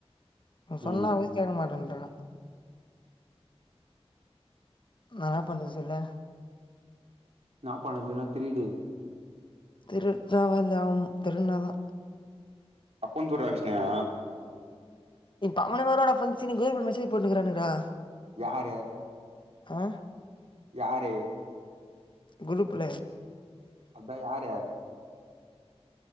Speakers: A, on the left (about 50°); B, on the right (about 80°).
A: நா சொன்னா
B: ம்
A: வைய்ஸ் கேக்க மாட்டன் அனா நா என்ன பண்ணுது சொல்லு
B: நா பண்ணதுன்னா திரிடு
A: திருட்தா வேலையாவ்ம் திருட்னாதா
B: அப்பொ துர்ரா விஷ்ணயா
A: இப்பவனவரோட பங்சனுக்கு குரூப்ல மெசேஜ் போட்ருக்கானுகடா
B: யாரு
A: ஆஹ்
B: யாரு
A: குரூப்ல
B: அதா யாரு